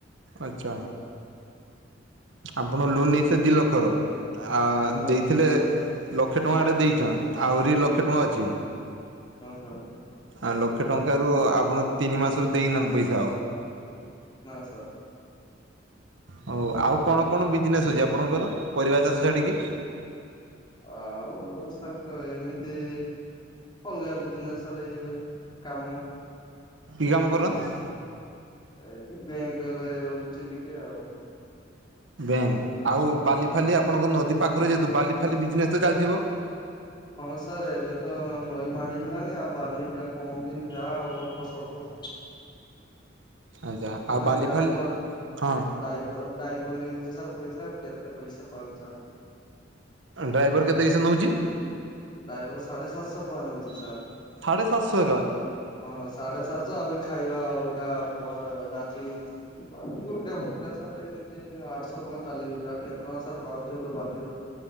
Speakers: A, on the right; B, on the left.
A: ଆଛା, ଆପଣ ଲୋନ୍ ନେଇ ସେ ଦି ଲକ୍ଷର। ଆଁ
B: ହଁ
A: ଦେଇଥିଲେ, ଲକ୍ଷେ ଟଙ୍କାଟେଁ ଦେଇଛନ୍। ଆହୁରି ଲକ୍ଷେ ଟଙ୍କା ଅଛି।
B: ହଁ, ସା
A: ଆ ଲକ୍ଷେ ଟଙ୍କାରୁ ଆପଣ ତିନି ମାସରୁ ଦେଇନାହାଁନ୍ତି ପଇସା ଆଉ।
B: ନା, ସା
A: ହଉ, ଆଉ କଣ କଣ ବିଜିନେସ୍ ଅଛି ଆପଣଙ୍କର, ପରିବା ଚାଷ ଛାଡିକି?
B: ଆଉ ସାର୍ ତ ଏମିତି କଣକରିବା ବିଯିନେସ ରେ ଏଇ କାମ
A: କି କାମ କରନ୍ତି?
B: ଏଇ ବେଙ୍କରେ ରହୁଛି ଟିକେ ଆଉ।
A: ବ୍ୟାଙ୍କ ଆଉ ବାଲିଫାଲି
B: ହଁ।
A: ଆପଣଙ୍କ ନଦୀ ପାଖରେ ଯେହେତୁ ବାଲିଫାଲି ବିଯିନେସ ତ ଚାଲିଥିବ?
B: ହଁ ସାରେ ଏବେ ତ ନଈ ମାଡିଗଲାନି ଆଉ ବାଲି ଯା କମ ଦିନ ଯାହା ଅଳ୍ପ ସଳ୍ପ
A: ଆଚ୍ଛା ଆଉ
B: ପୁଣି
A: ବାଲି
B: ଡ୍ରାଇଭର
A: ଫାଲି ହଁ
B: ଡ୍ରାଇଭର ଡ୍ରାଇଭର ନେଇଯାଉଛି ସାର୍ ପଇସା ଆଉ କେତେ ପଇସା ପାଉଚ ଆମେ।
A: ଡ୍ରାଇଭର କେତେ କିସ ନେଉଛି?
B: ଡ୍ରାଇଭର ସାଢେ ସାତଶହ ଟଙ୍କା ନେଉଛି ସାର୍।
A: ସାଢେ ସାତଶହ ଏକାବେଳେ?
B: ହଁ ସାଢେ ସାତଶହ ଆହୁରି ଖାଇବା ଅଲଗା ପ ରାତିକି ଘୁଟକା ଫୁଟୁକା ସାର୍ ଏମିତି ଆଠଶହ ଟଙ୍କା ଚାଲିଯାଉଛି ଆଉ କେତେ ଟଙ୍କା ସାର୍ ପାଉଛି ଗୋଟେ ବାଲିର।